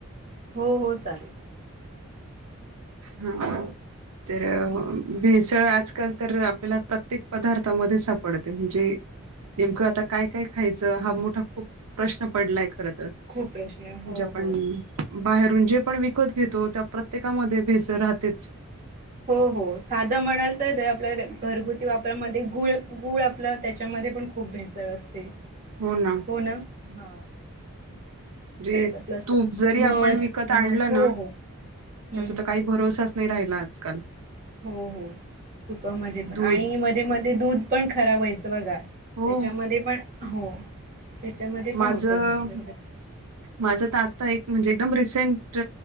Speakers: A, on the right; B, on the right.
A: हो हो चालेल
B: हा तर भेसळ आजकाल तर आपल्याला प्रत्येक पदार्थामध्ये सापडते म्हणजे नेमकं आता काय काय खायचं हा मोठा खूप प्रश्न पडलाय खरं तर म्हणजे
A: खूप प्रश्न हो
B: आपण
A: हो
B: बाहेरून जे पण विकत घेतो त्या प्रत्येकामध्ये भेसळ राहतेच
A: हो हो साधं म्हणाल तर आपल्या घरगुती वापरामध्ये गुळ गूळ आपलं त्याच्यामध्ये पण खूप भेसळ असते.
B: हो ना
A: हो ना हा
B: म्हणजे
A: आपलं अस
B: तूप जरी आपण
A: मध
B: विकत
A: मध
B: आणलं
A: हो
B: ना
A: हो हम्म
B: त्याचा तर काही भरोसाच नाही राहिला आजकाल
A: हो हो तुपामध्ये पण
B: दूध
A: आणि मध्ये मध्ये दूध पण खराब व्हायचं बघा
B: हो
A: त्याच्यामध्ये पण हो त्याच्यामध्ये पण
B: माझं
A: होतं नुसर वगरे
B: माझं तर आता एक म्हणजे एकदम रिसेंट